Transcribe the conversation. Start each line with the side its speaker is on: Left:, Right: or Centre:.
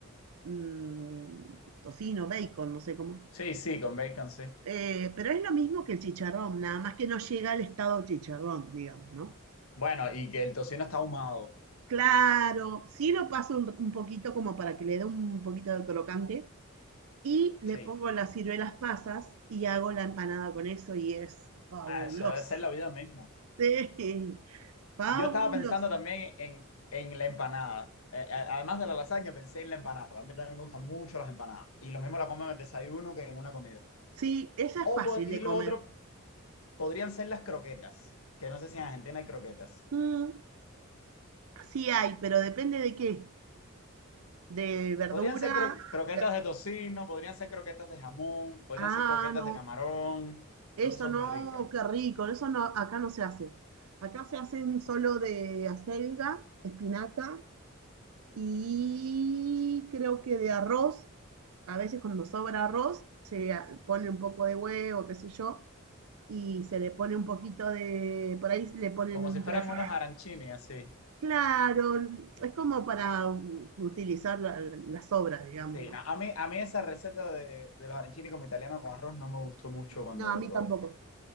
Right: mm, tocino, bacon, no sé cómo.
Left: Sí, sí, con bacon, sí.
Right: Eh, pero es lo mismo que el chicharrón, nada más que no llega al estado chicharrón, digamos, ¿no?
Left: Bueno, y que el tocino está ahumado.
Right: Claro, sí lo paso un, un poquito como para que le dé un poquito de crocante y le
Left: Sí,
Right: pongo las ciruelas pasas y hago la empanada con eso y es fabuloso.
Left: ah, eso debe ser la vida misma.
Right: Sí, <laughs> fabuloso.
Left: Yo estaba pensando también en, en la empanada. Eh, eh, además de la lasaña, pensé en la empanada, porque a mí también me gustan mucho las empanadas. Y lo mismo la como en el desayuno que en una comida.
Right: Sí, esa
Left: O,
Right: es fácil
Left: po- y
Right: de
Left: lo
Right: comer.
Left: otro podrían ser las croquetas, que no sé si en Argentina hay croquetas.
Right: Mm, sí hay, pero depende de qué. De verdura.
Left: Podrían ser cro- croquetas
Right: de-
Left: de tocino, podrían ser croquetas de jamón, podrían
Right: Ah,
Left: ser croquetas
Right: no.
Left: de camarón. Entonces
Right: Eso
Left: son
Right: no,
Left: muy ricas.
Right: qué rico, eso no, acá no se hace. Acá se hacen solo de acelga, espinaca y creo que de arroz. A veces cuando sobra arroz se pone un poco de huevo, qué sé yo, y se le pone un poquito de, por ahí le ponen
Left: Como si
Right: un
Left: fueran
Right: pedacito.
Left: unos arancini, así.
Right: Claro, es como para mm, utilizar la- las sobras, digamos,
Left: Sí,
Right: ¿no?
Left: no, a mí, a mí esa receta de, de los arancini como italiano con arroz no me gustó mucho cuando
Right: No, a
Left: lo
Right: mí
Left: probé.
Right: tampoco.